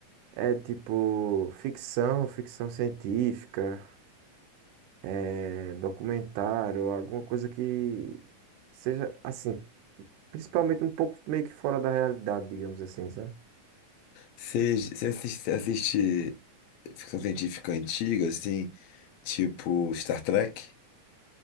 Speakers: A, on the right (about 80°); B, on the left (about 75°).
A: É tipo ficção, ficção científica, é, documentário, alguma coisa que seja assim, principalmente um pouco meio que fora da realidade, digamos assim, sabe?
B: Você, você assiste, você assiste ficção científica antiga, assim, tipo Star Trek?